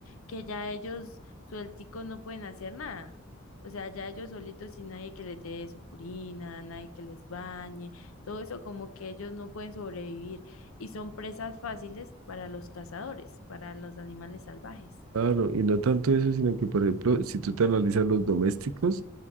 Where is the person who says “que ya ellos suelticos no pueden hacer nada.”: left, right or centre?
Left